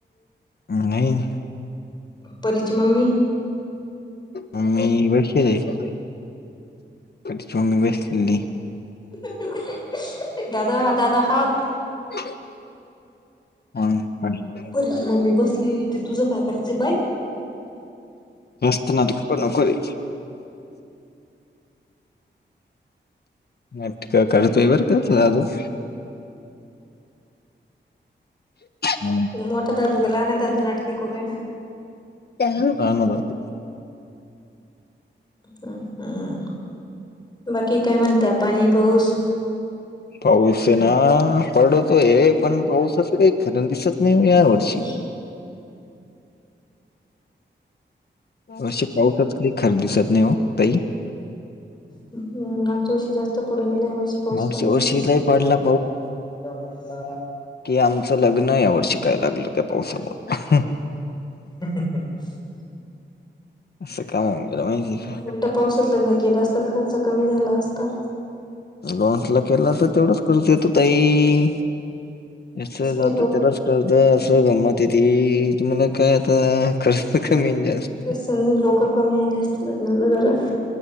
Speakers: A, on the left; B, on the left.
A: नाही.
B: परिची मम्मी.
A: मम्मी बसलेलीय छोटी ची मम्मी बसलेलीय.
B: <unintelligible> दादा दादा हात.
A: <unintelligible> हा <unintelligible>
B: परीची मम्मी बसलीय आणि तुझ काय करायचं पाई.
A: तु नाटक करू नको रे नाटक करतोय बर तू अजून. हा
B: मोठा दादू का लहना दादू नाटके करूय ना
A: <inaudible>
B: हम्म बाकी काय म्हणतं पाणी पाऊस
A: पाऊस आहे ना पडतो आहे पण पाऊस असं का खरं दिसत नाही या वर्षी
B: बोलत
A: वर्षा पाऊसात काही खऱ दिवसात नाही हो ताई
B: हम्म मागच्या वर्षी जास्त पडून गेला या वर्षी पाऊस
A: मागच्या
B: कमी
A: वर्षी
B: <unintelligible>
A: लय पडला कि आमचं लग्न या वर्षी शिकायला लागलं त्या पावसामुळे
B: <inaudible>
A: असं काम होऊन गेलं माहिती का
B: उलटा पावसात लग्न केलं असतं खर्च कमी झाला असता.
A: हॉल ला केला तर तेवढाच खर्च येतो ताई असं जात
B: काही लोक
A: त्यालाच कळत असं गमत ते तुम्हाला काय आता खर्च कमीन जास्त
B: तरी लोकं कमी आले असते लग्नाला जरा